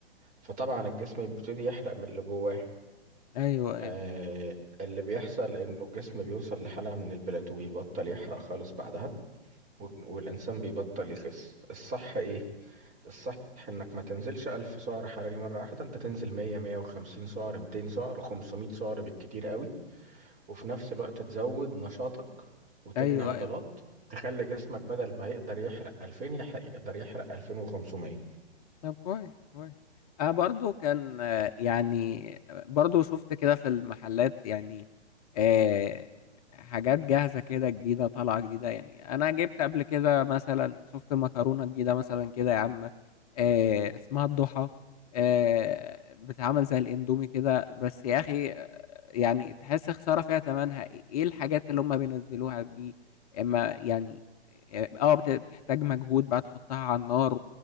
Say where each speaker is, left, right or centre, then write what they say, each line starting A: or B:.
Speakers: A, on the right (about 25°); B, on the left (about 35°).
A: فطبعا الجسم بيبتدي يحرق من اللي جواه
B: ايوه
A: آه
B: ايوه
A: اللي بيحصل انه الجسم بيوصل لحالة من البلاتو بيبطل يحرق خالص بعدها والج- والانسان بيبطل يخس الصح ايه الصح انك ما تنزلش 1000 سعر حراري مرة واحدة انت تنزل 100 150 سعر 200 سعر 500 سعر بالكتير قوي وفي نفس الوقت تزود نشاطك وتبني
B: ايوه
A: عضلات
B: ايوه
A: تخلي جسمك بدل ما يقدر يحرق 2000 يحرق يقدر يحرق 2500
B: طب كويس كويس انا برضو كان آه، يعني آه، برضو شفت كده في المحلات يعني آه، حاجات جاهزة كده جديدة طالعة جديدة يعني انا جبت قبل كده مثلا شفت مكرونة جديدة مثلا كده يا عم آه، اسمها الضحى آه، بتتعمل زي الاندومي كده بس يا اخي آه، يعني تحس خسارة فيها تمنها ايه الحاجات اللي هم بينزلوها دي اما يعني اه آه، بت- بتحتاج مجهود بقى تحطها على النار